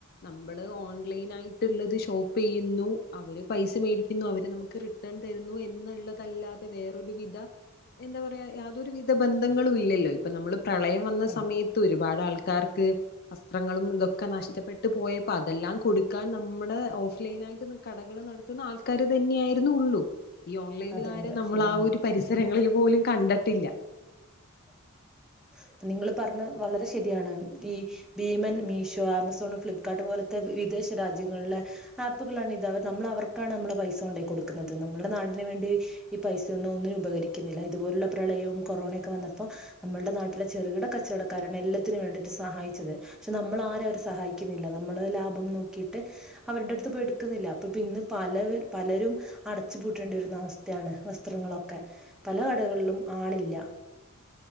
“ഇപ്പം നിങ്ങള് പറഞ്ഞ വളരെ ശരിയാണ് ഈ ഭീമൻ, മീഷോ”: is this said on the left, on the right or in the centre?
Centre